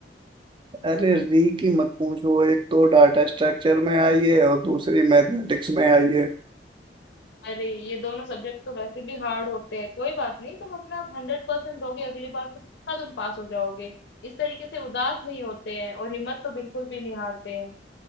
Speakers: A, on the right; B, on the left.
A: अरे री की मत पूछो एक तो डाटा स्ट्रक्चर में आई है और दूसरी मैथमेटिक्स में आई है
B: अरे ये दोनों सब्जेक्ट तो वैसे भी हार्ड होते हैं कोई बात नहीं तुम अपना हंड्रेड परसेंट दोगे अगली बार तो पक्का तुम पास हो जाओगे इस तरीके से उदास नहीं होते हैं और हिम्मत तो बिल्कुल भी नहीं हारते हैं